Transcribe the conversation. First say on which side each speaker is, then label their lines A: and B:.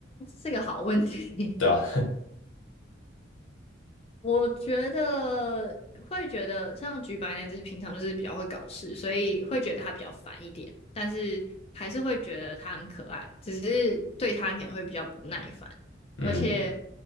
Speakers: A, on the left; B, on the left.
A: 这个好问题。
B: 对啊，
A: 我觉得会觉得像橘白那只平常就是比较会搞事，所以会觉得它比较烦一点，但是还是会觉得它很可爱，只是对它可能会比较不耐烦，
B: <laughs>
A: 而且
B: 嗯，